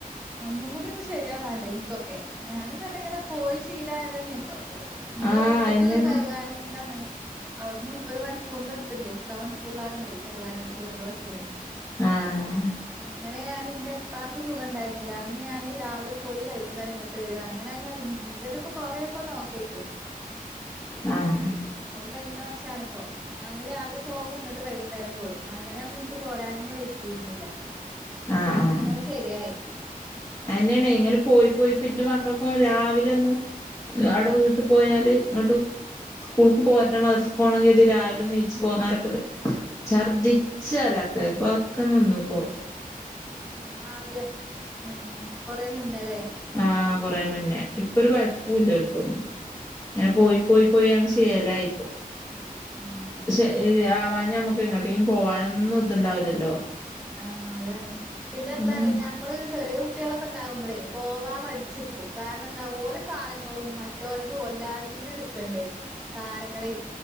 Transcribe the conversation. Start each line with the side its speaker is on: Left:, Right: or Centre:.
Centre: ഒന്നും കൂടി ഒന്ന് ശരിയാവാൻണ്ട് എനിക്കൊക്കെ ഞാനും തന്നെ ഇങ്ങനെ പോയി ശീലായതന്നെ ട്ടോ ന്റെ
Left: ആഹ്
Centre: വീട്ട്ക്ക്
Left: അയെന്നേണ്
Centre: കരുവാരകുണ്ടാണ് അവിടന്ന്‌ ഒരു മണിക്കൂറിന്റെ അടുത്തില്ലെ മു ക്കാ മണിക്കൂറിലെറേണ്ടേ കരുവാരണ്ട്ക്ക് ഇവിടുന്ന് ബസ്സിന്
Left: ആഹ്
Centre: അങ്ങനെയാണ് ന്റെ പ്പാക്ക് സുഖണ്ടാരുന്നില്ല അന്ന് ഞാന് രാവിലെ പോയി വൈകുന്നേരം ങ്ങട്ട് വരുവാ അങ്ങനെയായിരുന്നത് ഇന്റതിപ്പൊ കൊറെക്കൊന്നു ഒക്കെയായിക്ക്ണ്
Left: ആഹ്
Centre: അത് കഴിഞ്ഞ വർഷാണിപ്പോ അന്ന് രാവിലെ പോകും ഇങ്ങ ട്ട് വൈകുന്നേരം പോരും അങ്ങനെയൊന്ന് ട്ട് പോരൻ തന്നെ വെച്ചിരുന്നില്ല
Left: ആഹ്
Centre: പിന്നെ
Left: ആഹ്
Centre: അങ്ങനെ ശരിയായി
Left: അയ്ന്ന്യാണെ ഇങ്ങനെ പോയി പോയി പിന്നെ മക്കൾക്കൊ രാവി ലൊന്നും അടെ വീട്ട് പോയാല് ഇങ്ങട്ട് സ്കൂൾക്ക് പോരണം മദ്രസ്കോവണം കര്തി രാവിലെ നീച്ച് പോന്നാലൊക്കെട് ഛർദിച്ചലക്കെ പ്പൊക്കെ നിന്നു പോ
Centre: ആഹ് ആദ്യം ആഹ് കൊറെ മുന്നലെ
Left: ആഹ് കൊറേ മുന്നേ ഇപ്പൊരു കൊഴപ്പുല്ല ഓൽക്കൊന്നും അങ്ങനെ
Centre: ഉം
Left: പോയി പോയി പോയാണ്ട് ശേലായി
Centre: ഉം
Left: ശെരി ആ വാ ഇഞ് ഞമ്മെക്ക് എങ്ങെട്ടെലും പോവാനൊന്നും ഇത് ഇണ്ടാവൂലല്ലോ?
Centre: ആഹ് അതാണ് പിന്നെ എന്താ
Left: ആഹ്
Centre: അറിയോ ഞമ്മെൾ ചെറിയ കുട്ടിയാളൊക്കെ ഇണ്ടെ ണ്ടാവുമ്പെളെ ഇപ്പോ മാമ് അടിച്ചിരിക്കും കാര്ണം എന്താ ഓന് സാനങ്ങളും മറ്റൊര്തും എല്ലാര്തും കൂടി ഇട്ക്കെണ്ടെ സാനങ്ങളെ